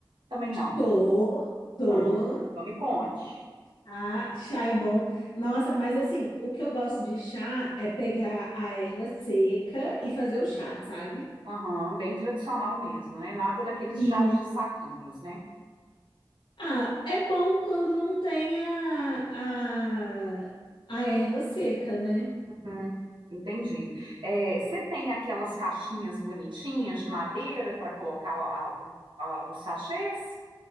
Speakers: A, on the right (about 65°); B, on the left (about 70°).
A: Também não.
B: Tô, tô.
A: Hum, então me conte.
B: Chá, chá é bom. Nossa, mas assim, o que eu gosto de chá é pegar a erva seca e fazer o
A: Sim.
B: chá, sabe?
A: Aham, bem tradicional mesmo, né? Nada daqueles
B: Isso.
A: chás de saquinhos, né?
B: Ah, é bom quando não tem a, a, a erva seca, né?
A: Hum, entendi. É, você tem aquelas caixinhas bonitinhas de madeira para colocar a- o- a- os sachês?